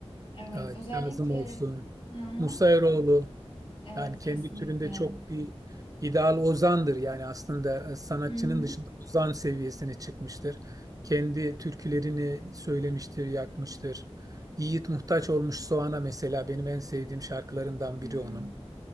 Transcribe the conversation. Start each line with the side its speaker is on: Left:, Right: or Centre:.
Left: Evet,
Right: Aa,
Left: özellikle
Right: Kazım olsun,
Left: hı hı.
Right: Musa Eroğlu.
Left: Evet,
Right: Yani kendi
Left: kesinlikle.
Right: türünde çok bir ideal ozandır. Yani aslında e, sanatçının
Left: Hı hı.
Right: dışında ozan seviyesine çıkmıştır. Kendi türkülerini söylemiştir, yakmıştır. Yiğit Muhtaç Olmuş Soğan'a mesela benim en sevdiğim şarkılarından
Left: Hmm.
Right: biri onun.